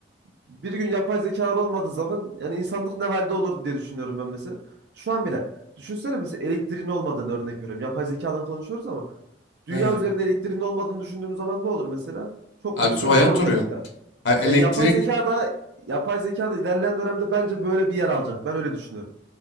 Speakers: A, on the right; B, on the left.
A: bir gün yapay zekalar olmadığı zaman yani insanlık ne halde olur diye düşünüyorum ben mesela. Şu an bile düşünsene mesela elektriğin olmadığını örnek veriyorum. Yapay zekadan konuşuyoruz ama dünya
B: Aynen.
A: üzerinde elektriğin olmadığını düşündüğümüz zaman ne olur mesela? Çok
B: Abi
A: büyük
B: tüm
A: sorunlar
B: hayat
A: ortaya
B: duruyor.
A: çıkar.
B: Ha, elektrik
A: Ya yapay zeka da yapay zeka da ilerleyen dönemde bence böyle bir yer alacak. Ben öyle düşünüyorum.